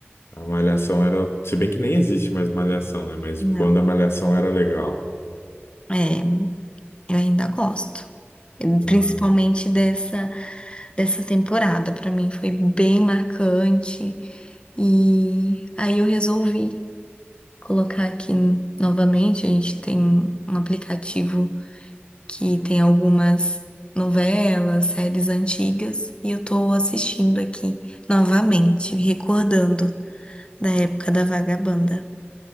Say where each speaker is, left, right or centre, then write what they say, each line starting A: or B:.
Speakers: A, on the left; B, on the left.
A: a Malhação era. Se bem que nem existe mais Malhação, né? Mas
B: Não,
A: quando a Malhação era legal.
B: é, eu ainda gosto. Principalmente
A: Ah,
B: dessa, dessa temporada. Pra mim foi bem marcante. E aí eu resolvi colocar aqui novamente. A gente tem um aplicativo que tem algumas novelas, séries antigas, e eu tô assistindo aqui novamente, recordando da época da Vagabanda.